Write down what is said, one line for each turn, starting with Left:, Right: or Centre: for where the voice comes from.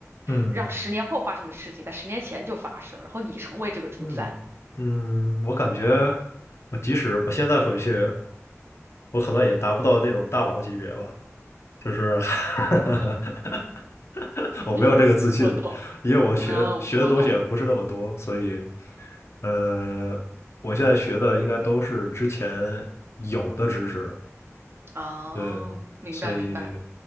Left: 嗯
Right: 让十年后发生的事情在十年前就发生，然后你成为这个主宰？
Left: 嗯嗯，我感觉我即使我现在回去，我可能也达不到那种大佬级别吧。就是 <laughs>
Right: <laughs>
Left: 我没有这个自信，
Right: 嗯，我懂，
Left: 因为我学学的东西也不是那么多，
Right: 嗯，我懂。
Left: 所以，呃，我现在学的应该都是之前有的知识了，
Right: 哦，
Left: 对，
Right: 明白明白，
Left: 所以，